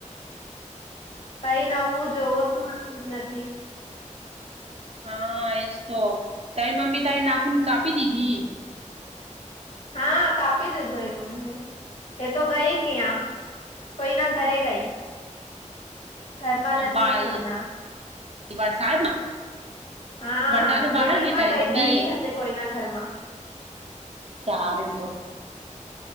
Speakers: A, on the left (about 65°); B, on the right (about 50°).
A: કઈ નવું જોવું જ માનું નથી.
B: હા એ જ તો, તારી મમ્મી તારી નાખન કાપી દીધી?
A: હા કાપી દીધું એનું મેં. એ તો ગઈ ક આ કોઈ ના ઘરે ગઈ. ઘરમાં નથી
B: ભાઈ
A: છે હમણાં.
B: વરસાદમાં?
A: હા
B: વરસાદ ન બહાર
A: બિલ્ડિંગમાં
B: જ ત ર
A: કઈ
B: મમ્મી.
A: ગયેલી હશે કોઈના ઘરમાં.
B: સારું તો.